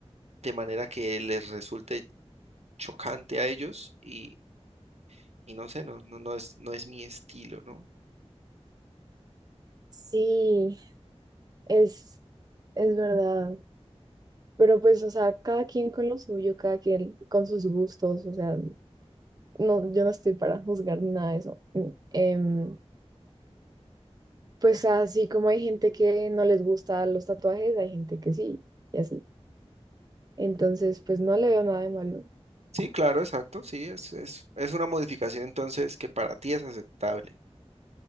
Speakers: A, on the right (about 75°); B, on the right (about 35°).
A: de manera que les resulte chocante a ellos y, y no sé, no, no, no es, no es mi estilo, ¿no?
B: Sí, es, es verdad. Pero pues, o sea, cada quien con lo suyo, cada quien con sus gustos, o sea, no, yo no estoy para juzgar ni nada de eso. Mm, em, pues así como hay gente que no les gusta los tatuajes, hay gente que sí, y así. Entonces, pues no le veo nada de malo.
A: Sí, claro, exacto, sí, es, es, es una modificación entonces que para ti es aceptable.